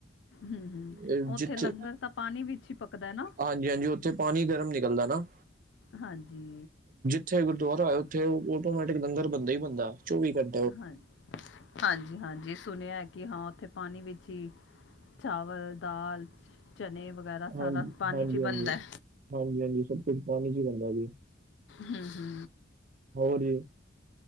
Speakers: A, on the left; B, on the right.
A: ਹੂੰ ਹੂੰ
B: ਏ
A: ਉੱਥੇ
B: ਜਿੱਥੇ
A: ਲੰਗਰ ਤਾਂ ਪਾਣੀ ਵਿੱਚ ਹੀ ਪੱਕਦਾ ਹੈ ਨਾ
B: ਹਾਂਜੀ-ਹਾਂਜੀ, ਉੱਥੇ ਪਾਣੀ ਗਰਮ ਨਿਕਲਦਾ ਨਾ।
A: ਹਾਂਜੀ।
B: ਉੱਥੇ ਗੁਰਦੁਆਰਾ ਆ, ਉਥੇ ਆਟੋਮੈਟਿਕ ਲੰਗਰ ਬਣਦਾ ਈ ਬਣਦਾ, ਚੌਵੀ ਘੰ
A: ਹਾਂ, ਹਾਂਜੀ-ਹਾਂਜੀ ਸੁਣਿਆ ਐ ਕਿ ਹਾਂ ਉੱਥੇ ਪਾਣੀ ਵਿੱਚ ਈ- ਚਾਵਲ, ਦਾਲ, ਚਨੇ ਵਗੈਰਾ
B: ਹਾਂਜੀ,
A: ਸਾਰਾ ਪਾਣੀ'ਚ
B: ਹਾਂਜੀ-ਹਾਂਜੀ,
A: ਈ ਬਨਦਾ।
B: ਹਾਂਜੀ-ਹਾਂਜੀ, ਸਭ ਕੁਛ ਪਾਣੀ'ਚ ਈ ਬਨਦਾ ਜੀ।
A: ਹੂੰ-ਹੂੰ
B: ਹੋਰ ਜੀ?